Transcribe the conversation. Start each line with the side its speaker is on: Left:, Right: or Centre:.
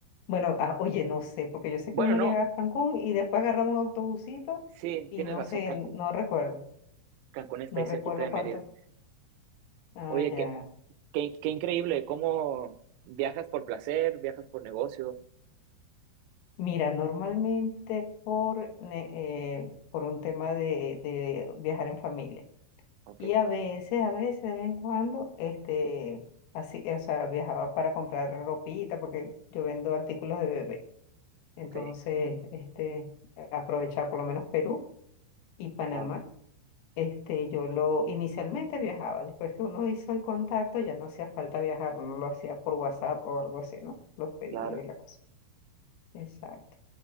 Left: Bueno, ah, oye, no sé, porque yo sé
Right: Bueno,
Left: que uno
Right: no.
Left: llegaba a Cancún y después agarraba un autobusito
Right: Sí,
Left: y
Right: tienes
Left: no
Right: razón,
Left: sé,
Right: Cancún.
Left: no recuerdo.
Right: Cancún está
Left: No
Right: ahí
Left: recuerdo
Right: cerquita de
Left: cuánto
Right: Mérida.
Left: Ah,
Right: Oye,
Left: ya.
Right: qué, qué, qué increíble, cómo viajas por placer, viajas por negocio.
Left: Mira, normalmente por, ne- eh, por un tema de, de viajar en familia.
Right: Ok,
Left: Y a veces, a veces, de vez en cuando, este, así, o sea, viajaba para comprar ropita, porque yo vendo artículos de bebé. Entonces,
Right: ok,
Left: este, aprovechaba por lo menos Perú y Panamá.
Right: claro,
Left: Este, yo lo inicialmente viajaba, después que uno hizo el contacto, ya no hacía falta viajar, uno lo hacía por WhatsApp o algo así, ¿no? Los pedidos
Right: claro,
Left: y la cosa. Exacto.